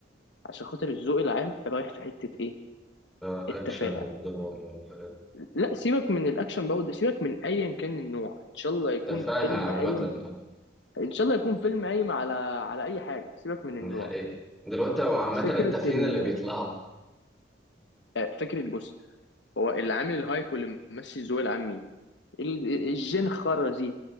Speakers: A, on the left; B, in the centre.
A: عشان خاطر الذوق العام رايح في حتة إيه؟
B: آه، الأكشن
A: التفاهة
B: والدراما والحاجات دي.
A: لا سيبك من الأكشن برضه سيبك من أيا كان النوع إن شاء الله يكون
B: تفاهة
A: فيلم
B: عامة
A: قايم
B: أه
A: إن شاء الله يكون فيلم قايم على على أي حاجة سيبك من النوع
B: ده حقيقة دلوقتي هو عامة
A: فكرة
B: التافهين
A: ال...
B: اللي بيطلعوا
A: آه، فكرة بص هو اللي عامل الهايب واللي ماشي الذوق العام مين؟ ال- الجين خرزي